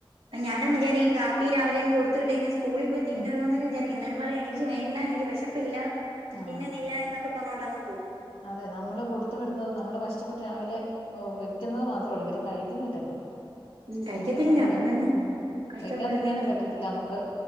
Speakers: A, on the right; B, on the left.
A: ഞാനും വിചാരിക്കും കാപ്പി രാവിലെയാങ്ങ് കൊടുത്ത വിട്ടഴിഞ്ഞ സ്കൂളിൽ പോയി തിന്നുള്ളൂ
B: ഉം.
A: ന്നൊക്കെ വിചാരിക്കും ന്നാലും പറയും, എനിക്ക് വേണ്ട, എനിക്ക് വെശപ്പില്ല,
B: ആ
A: തിന്നുന്നില്ല എന്നൊക്കെ പറഞ്ഞോണ്ടങ്ങ്പോകു
B: അതെ നമ്മള് കൊടുത്ത വിടുന്നത്, നമ്മള് കഷ്ടപ്പെട്ട് രാവിലെ ഏ വെക്കുന്നത് മാത്രൊള്ളൂ ഇവര് കഴിക്കുന്നില്ലല്ലോ.
A: ഉം കഴിക്കത്തില്ല
B: വെക്കാൻ മടിയാ.
A: നമ്മളിന്ന്
B: ഉം
A: കഷ്ടപ്പെടുന്നത്
B: വെക്കാതിരിക്കാനും
A: വെറുതെ
B: പറ്റത്തില്ല നമുക്ക്